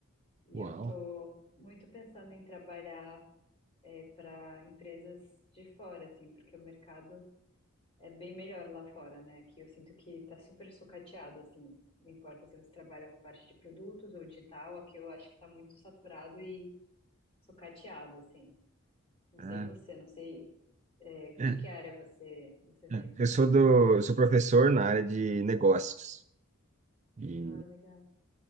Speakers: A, on the left; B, on the right.
A: e
B: Uau.
A: eu tô muito pensando em trabalhar para empresas de fora, assim, porque o mercado é bem melhor lá fora, né? Aqui eu sinto que tá super sucateado, assim. Não importa se você trabalha com a parte de produtos ou digital, aqui eu acho que tá muito saturado e sucateado, assim. Não
B: É,
A: sei você, não sei é, de
B: é,
A: que área você você vem.
B: é. Eu sou do, eu sou professor na área de negócios. E,
A: Ah, legal.